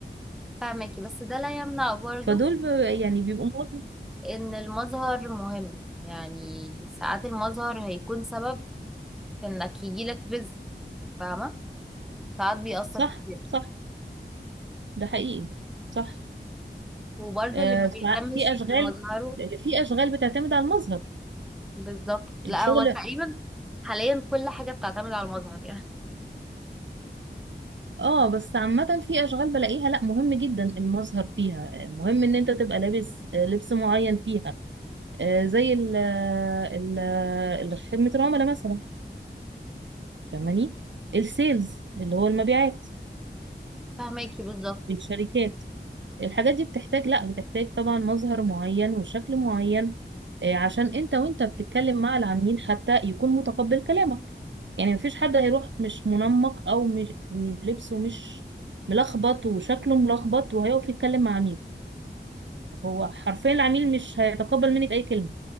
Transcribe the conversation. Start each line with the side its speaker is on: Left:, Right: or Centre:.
Centre: فاهماكي بس ده لا يمنع برضو
Right: فدول ب- يعني بيبقوا مواقف-
Centre: إن المظهر مهم يعني ساعات المظهر هيكون سبب في إنك يجيلك رزق فاهمة ساعات بيأثر
Right: صح
Centre: كتير
Right: صح ده حقيقي صح
Centre: وبرضو
Right: آه،
Centre: اللي ما بيهتمش
Right: ففي اشغال
Centre: بمظهره
Right: لان في اشغال بتعتمد على المظهر
Centre: بالظبط لا
Right: الشغل
Centre: هو تقريبا حاليا كل حاجة بتعتمد على المظهر يعني
Right: اه بس عامة في اشغال بلاقيها لا مهم جدا المظهر فيها آه، مهم ان انت تبقى لابس آه، لبس معين فيها آه، زي ال ال ال- خدمة العملاء مثلا فاهماني السيلز اللي هو المبيعات
Centre: فهماكي بالظبط
Right: في الشركات الحاجات دي بتحتاج لا بتحتاج طبعا مظهر معين وشكل معين آه، عشان انت وانت بتتكلم مع العميل حتى يكون متقبل كلامك يعني مفيش حد هيروح مش منمق او مش لبسه مش ملخبط وشكله ملخبط وهيقف يتكلم مع عميل هو حرفيا العميل مش هيتقبل منك اي كلمة